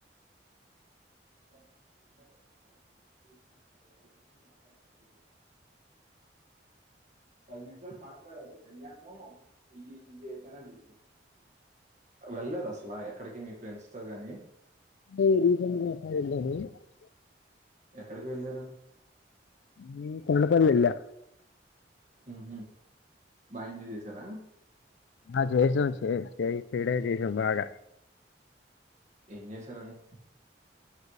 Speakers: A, on the right; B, on the left.
A: <inaudible> పది నిమిషాలు మాట్లాడలి వెళ్ళాను ఈ ఇ చేసానని చేసా వెళ్ళద అసలా ఎక్కడికి మీ ఫ్రెండ్స్ తో గాని
B: ఏ రీజ <unintelligible>
A: ఎక్కడికి వెళ్ళారు
B: నాన్ తడపల్లె
A: ఉహూ బాగా ఎంజాయ్ చేసారా
B: ఆ జైస చే చేయి చెడే జైస బాగా
A: ఏం చేసారని